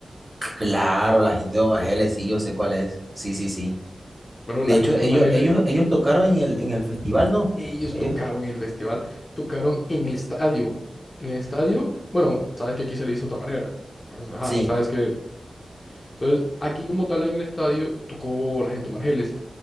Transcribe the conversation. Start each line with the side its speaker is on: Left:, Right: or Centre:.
Right: Claro, la gente de Omageles, sí, yo sé cuál es. Sí, sí, sí.
Left: Bueno,
Right: De
Left: la
Right: hecho,
Left: gente
Right: ellos,
Left: de Omar Geles,
Right: ellos, ellos tocaron en el, en el festival, ¿no?
Left: ellos
Right: Ellos,
Left: tocaron en el festival, tocaron en el estadio. En el estadio, bueno, sabes que aquí se le hizo de otra manera. Entonces, ajá,
Right: sí,
Left: sabes que... Entonces, aquí como tal en el estadio tocó la gente de Omar Geles.